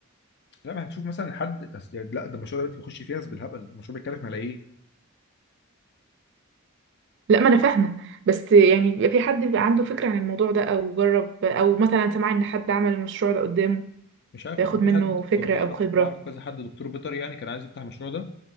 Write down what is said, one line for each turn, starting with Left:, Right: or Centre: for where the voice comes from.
Left: لا ما هنشوف مثلا حد تس- يعني لا ده المشروع ده دلوقتي بيخش فيه ناس بالهبل المشروع بيتكلف ملايين
Right: لا ما انا فاهمه بس يعني بيبقى في حد بيبقى عنده فكره عن الموضوع ده او جرب او مثلا سمع ان حد عمل المشروع ده قدامه
Left: مش عارف
Right: فياخد
Left: كان في
Right: منه
Left: حد
Right: فكره
Left: كنت اعرف
Right: او خبره
Left: اعرف كذا حد دكتور بيطري يعني كان عايز يفتح المشروع ده